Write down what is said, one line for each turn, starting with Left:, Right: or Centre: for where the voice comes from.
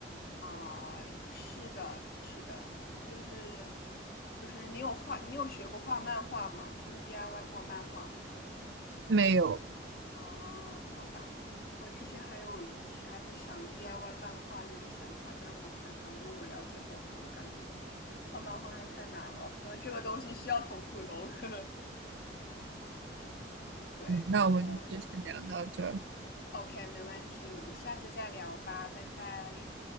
Left: 啊、是的，是的，就是就是你有画，你有学过画漫画吗？就是 DIY 过漫画吗？
Right: 没有。
Left: 哦，好吧，我之前还有一还有想 DIY 漫画那种想法，但是我看他们就我了解过后，我感觉画漫画还是太难了，<laughs> 这个东西需要童子功。<laughs> 对，
Right: 嗯，那我们就先聊到这儿，
Left: 然后 OK，没问题，我们下次再聊吧，拜拜。